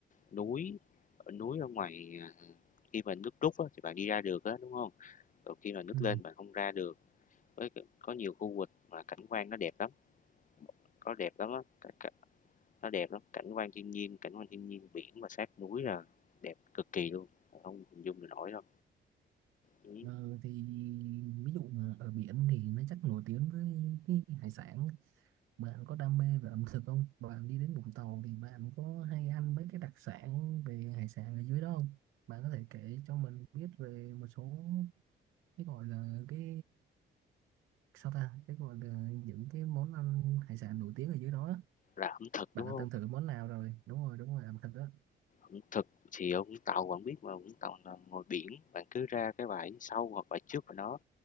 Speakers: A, on the left; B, on the right.
A: núi, ở núi ở ngoài à, khi mà nước rút á, thì bạn đi ra được á, đúng không? Còn khi mà nước
B: Ừ.
A: lên bạn không ra được. Với cả- có nhiều khu vực mà cảnh quan nó đẹp lắm, có đẹp lắm á, cả, cả, nó đẹp lắm, cảnh quan thiên nhiên, cảnh quan thiên nhiên biển mà sát núi là đẹp cực kỳ luôn, không hình dung được nổi đâu. Ừ,
B: Ờ, thì ví dụ mà ở biển thì nó chắc nổi tiếng với cái hải sản. Bạn có đam mê về ẩm thực không? Bạn đi đến Vũng Tàu thì bạn có hay ăn mấy cái đặc sản về hải sản ở dưới đó không? Bạn có thể kể cho mình biết về một số cái gọi là cái sao ta cái gọi là những cái món ăn hải sản nổi tiếng ở dưới đó á.
A: Là ẩm thực
B: bạn
A: đúng
B: đã
A: không?
B: từng thử món nào rồi đúng rồi đúng rồi ẩm thực đó
A: Ưm, thực thì ở Vũng Tàu bạn biết mà, Vũng Tàu là ngồi biển, bạn cứ ra cái bãi sau hoặc bãi trước của nó